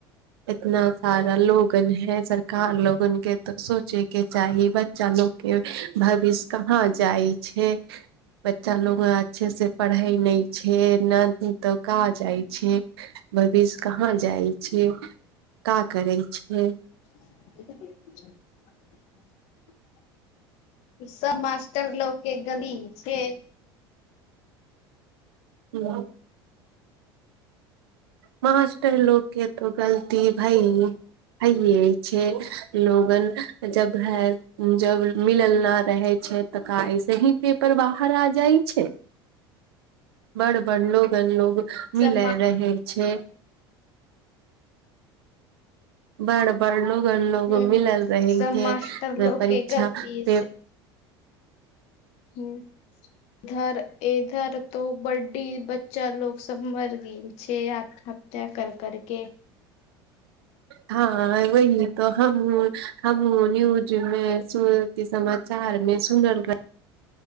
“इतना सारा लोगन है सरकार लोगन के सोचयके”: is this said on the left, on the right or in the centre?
Right